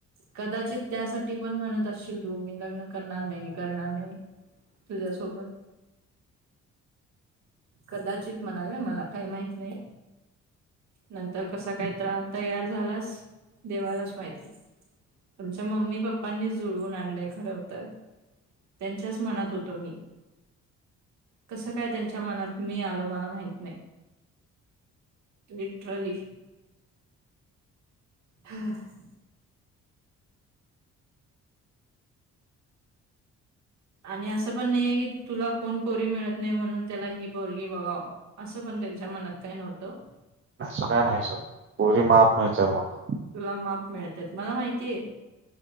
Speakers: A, on the right; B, on the right.
A: कदाचित त्यासाठी पण, म्हणत असशील तू मी लग्न करणार नाही करणार नाही. तुझ्यासोबत. कदाचित म्हणाले, मला काही माहित नाही. नंतर कसा काय त्र तयार झालास, देवालाच माहिती. तुमच्या मम्मी पप्पांनीचं जुळवून आणलंय खरं होत. त्यांच्याच मनात होतो मी. कसं काय, त्यांच्या मनात मी आलो, मला माहित नाही. लिट्रली हः हं आणि असं पण नाहीये की, तुला कोण पोरी मिळत नाही म्हणून, त्याला ही पोरगी बघाव. असं पण, त्यांच्या मनात काही, नव्हतं.
B: असं काय नाही सोड, पोरी माप मिळतात मला
A: तुला माप, मिळत मला माहितीय.